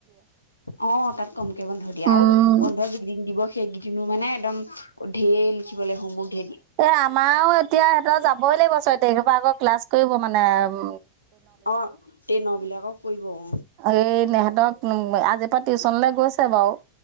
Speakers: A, on the left (about 80°); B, on the right (about 45°).
A: অ' তাত কমকে বন্ধ দিয়ে
B: উম,
A: আৰু বন্ধ য <unintelligible> দিব সেইকেইদিনো মানে একদম ঢেৰ লিখিব ললৈ সমক ঢেৰ দি।
B: এ আমাৰো এতিয়া সিহঁতৰ যাবই লাগিব ছয় তাৰিখপৰা আকৌ ক্লাছ কৰিব মানে উম।
A: অ', টেনবিলাকক কৰিব অ'।
B: এই সিহঁতক উম আজিৰ পৰা টিউশচনলৈ গৈছে বাৰু।